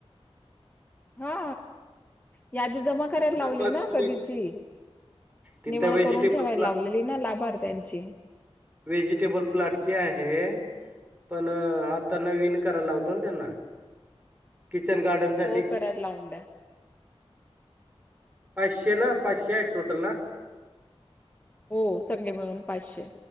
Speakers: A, on the left; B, on the right.
A: हा या ती जमा करायला
B: तरच
A: लावली
B: बाकी
A: ना कधीची
B: तिथं
A: निवड
B: व्हेजिटेबल
A: करून ठेवायला
B: प्लांट
A: लावलेली ना लाभार्थी त्यांची
B: व्हेजिटेबल प्लॉटची आहे. पण आता नवीन कराय लावतो ना त्यांना. किचन गार्डनसाठी.
A: हो करायला लावून द्या.
B: पाचशे ना पाचशे आहे टोटल ना?
A: हो सगळे मिळून पाचशे.